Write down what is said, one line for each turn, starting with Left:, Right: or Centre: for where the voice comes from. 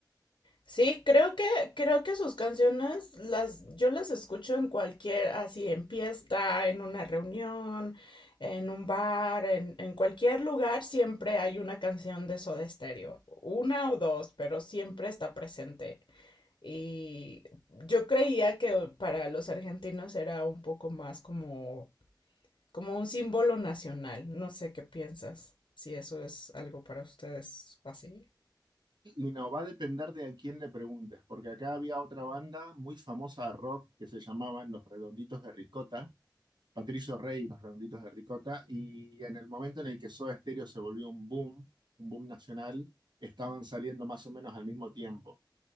Left: Sí, creo que, creo que sus canciones las, yo las escucho en cualquier, así en fiesta, en una reunión, en un bar, en, en cualquier lugar siempre hay una canción de Soda Stereo, una o dos, pero siempre está presente. Y yo creía que para los argentinos era un poco más como, como un símbolo nacional. No sé qué piensas, si eso es algo para ustedes así.
Right: Y no va a depender de a quién le preguntes, porque acá había otra banda muy famosa de rock que se llamaban Los Redonditos de Ricota Patricio Rey y los Redonditos de Ricota, y en el momento en el que Soda Stereo se volvió un boom, un boom nacional, estaban saliendo más o menos al mismo tiempo.